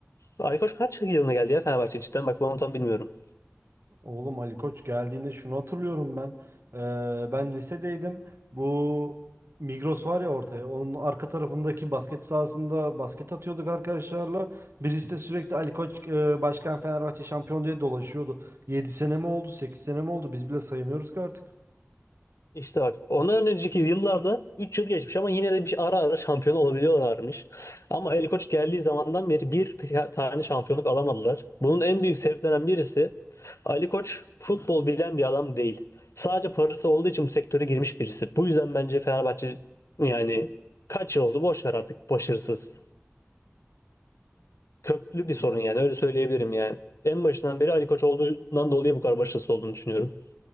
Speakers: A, on the left; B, on the right.
A: Ali Koç kaç yılına geldi ya Fenerbahçe cidden bak ben onu tam bilmiyorum.
B: Oğlum Ali Koç geldiğinde şunu hatırlıyorum ben. Ee, ben lisedeydim. Bu Migros var ya ortaya. Onun arka tarafındaki basket sahasında basket atıyorduk arkadaşlarla. Birisi de sürekli Ali Koç e, başkan Fenerbahçe şampiyon diye dolaşıyordu. Yedi sene mi oldu, Sekiz sene mi oldu? Biz bile sayamıyoruz ki artık.
A: İşte bak ondan önceki yıllarda 3 yıl geçmiş ama yine de bir ara ara şampiyon olabiliyorlarmış. Ama Ali Koç geldiği zamandan beri bir t- tane şampiyonluk alamadılar. Bunun en büyük sebeplerinden birisi Ali Koç futbol bilen bir adam değil. Sadece parası olduğu için bu sektöre girmiş birisi. Bu yüzden bence Fenerbahçe yani kaç yıl oldu boş ver artık başarısız. Köklü bir sorun
B: Ya.
A: yani öyle söyleyebilirim yani. En başından beri Ali Koç olduğundan dolayı bu kadar başarısız olduğunu düşünüyorum.